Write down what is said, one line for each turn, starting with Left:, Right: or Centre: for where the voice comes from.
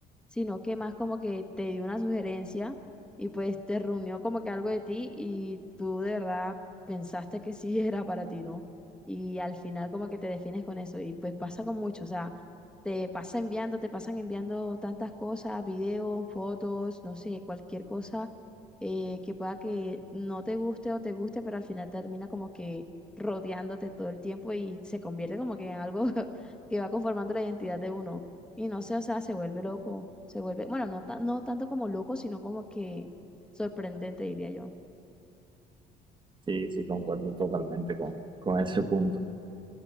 Centre: sino que más como que te dio una sugerencia y pues te reunió como que algo de ti y tú de verdad pensaste que sí <laughs> era para ti, ¿no? Y al final como que te defines con eso y pues pasa con mucho, o sea, te pasa enviando, te pasan enviando tantas cosas, videos, fotos, no sé, cualquier cosa eh, que pueda que no te guste o te guste, pero al final termina como que rodeándote todo el tiempo y se convierte como que en algo <laughs> que va conformando la identidad de uno. Y no sé, o sea, se vuelve loco, se vuelve, bueno, no, ta- no tanto como loco, sino como que sorprendente, diría yo.
Right: Sí, sí, concuerdo totalmente con, con ese punto.